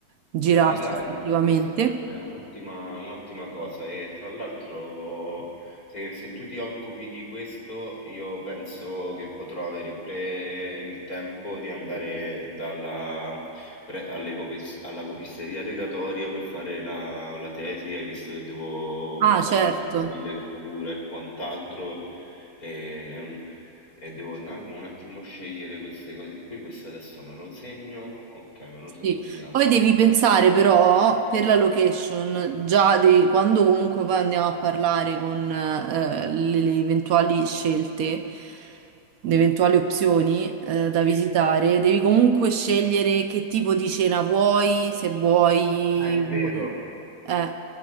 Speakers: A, on the right; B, on the left.
A: girarsi
B: beh, magari
A: effettivamente.
B: questa sarebbe un'ottima un'ottima cosa e tra l'altro se, se tu ti occupi di questo io penso che potrò avere pure il tempo di andare dalla, pre- alle copis- alla copisteria legatoria per fare la, la tesi, hai visto che devo
A: Ah,
B: fare
A: certo.
B: le- la rilegatura e quant'altro. Ehm, E devo na- un attimo scegliere queste cose qui, questo adesso me lo segno, ok, me lo sono
A: Sì.
B: segnato.
A: Poi devi
B: aspetta.
A: pensare però per la location, già dei- quando comunque poi andiamo a parlare con eh, le, le eventuali scelte, le eventuali opzioni eh, da visitare,
B: Sì.
A: devi comunque scegliere che tipo di cena vuoi, se vuoi
B: Ah, è vero,
A: un, eh,